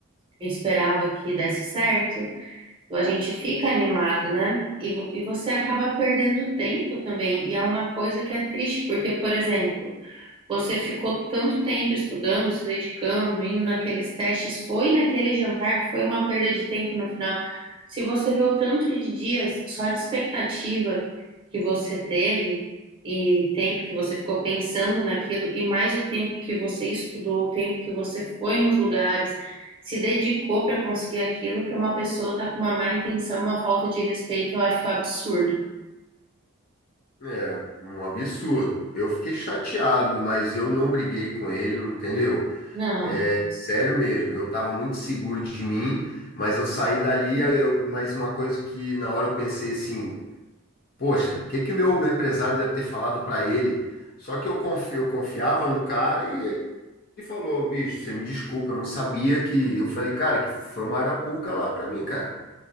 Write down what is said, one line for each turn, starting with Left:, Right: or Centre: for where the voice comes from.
Right: eu esperava que desse certo, a gente fica animado, né? E, vo- e você acaba perdendo tempo também. E é uma coisa que é triste, porque, por exemplo, você ficou tanto tempo estudando, se dedicando, indo naqueles testes, foi naquele jantar que foi uma perda de tempo no final. Se você vê o tanto de dias só de expectativa que você teve e tempo que você ficou pensando naquilo e mais o tempo que você estudou, o tempo que você foi nos lugares, se dedicou para conseguir aquilo, para uma pessoa estar com uma má intenção, uma falta de respeito, eu acho absurdo.
Left: É, um absurdo. Eu fiquei chateado, mas eu não briguei com ele, entendeu?
Right: Não,
Left: É sério mesmo, eu estava muito seguro de mim, mas eu saí dali, eu- mas uma coisa que na hora eu pensei assim, poxa, o que que o meu, meu empresário deve ter falado para ele? Só que eu confio, eu confiava no cara e ele falou, bicho, você me desculpa, eu não sabia que... Eu falei, cara, que foi uma arapuca lá para mim, cara,